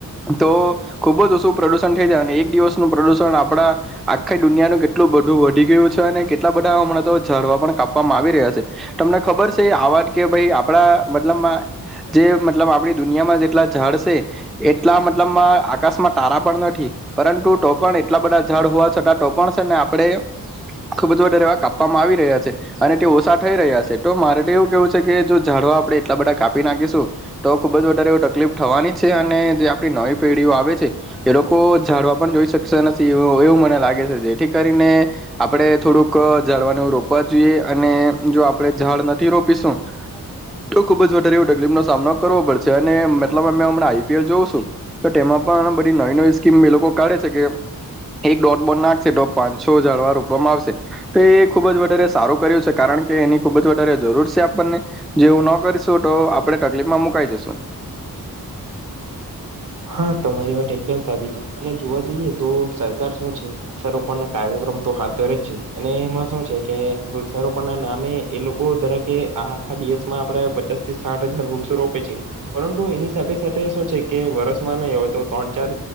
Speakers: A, in the centre; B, on the right.
A: તો ખૂબ જ ઓછું પ્રદુષણ થઈ જાય અને એક દિવસ નું પ્રદુષણ આપડા આખી દુનિયાનું કેટલું બધું વધી ગિયું છે અને કેટલા બધાં અમણાં તો ઝાડવા પણ કાપવામાં આવી રહ્યા છે તમને ખબર છે આ વાત કે ભઈ આપડા મતલબમાં જે મતલબ આપરી દુનિયામાં જેટલા ઝાળ છે એટલા મતલબમાં આકાશમાં તારા પણ નથી પરંતુ ટોપણ એટલા બધાં ઝાડ હોવા છતાં ટોપણ છેને આપડે ખૂબ જ વધારે કાપવામાં આવી રહ્યા છે અને તે ઓછા થઈ રહ્યા છે તો મારે એવું કેવું છેકે જો ઝાડ તો આપડે એટલા બધાં કાપી નાખીશું તો ખૂબ જ વધારે એવી તકલીફ થવાની જ છે અને જે આપરી નવી પેઢીઓ આ આવે છે એ લોકો ઝાડવા પણ જોય છે. વૃક્ષો નથી એવુ મને લાગે છે જેથી કરીને આપડે થોડુંક ઝાળવાને એવું રો વા જુએ અને જો આપરે ઝાડ નથી રોપીશું. તો ખૂબ જ વધારે એવી તકલીફનો સામનો કરવો પડશે અને મતલબમાં મે અમણાં આઈપીએલ જોઉ છું તો તેમાં પણ બધી નવી નવી સ્કીમ એ લોકો કાઢે છે કેમ એક ડોટ બોન નાખશે તો પાંસો ઝાળવા રોપવામાં આવશે તોએ ખૂબ જ વધારે સારું કર્યું છે કારણ કે એની ખૂબ જ વધારે જરૂર છે એમ. આપને જેવું ન કરીશું તો આપણેે તકલીફમાં મુકાઈ જશું. <inaudible>
B: હા, તમારી વાત એકદમ સાચી છે અને જોવા જઈએ તો સરકાર શું છે વૃક્ષારોપણનાં કાર્યક્રમ તો હાથ ધરે જ છે અને એમાં શું છેકે વૃક્ષારોપણનાં નામે એ લોકો ધરાકે આખ આપરા પચાસથી સાઠ હજાર વૃક્ષો રોપે છે પરંતુ એની સાથે સાથે શું છેકે વર્ષ નય હોય તો ત્રણ ચાર